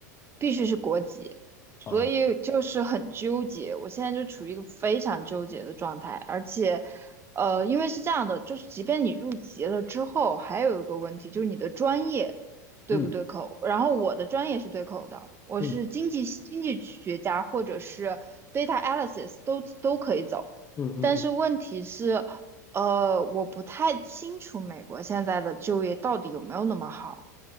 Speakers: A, on the right (about 25°); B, on the left (about 25°).
A: 必须是国籍，所以就是很纠结。
B: 哦，
A: 我现在就处于一个非常纠结的状态，而且，呃，因为是这样的，就是即便你入籍了之后，还有一个问题就是你的专业对不对口。
B: 嗯
A: 然后我的专业是对口的，我是经济经济学家或者是
B: 嗯
A: data analysis 都都可以走，
B: 嗯嗯嗯，
A: 但是问题是，呃，我不太清楚美国现在的就业到底有没有那么好。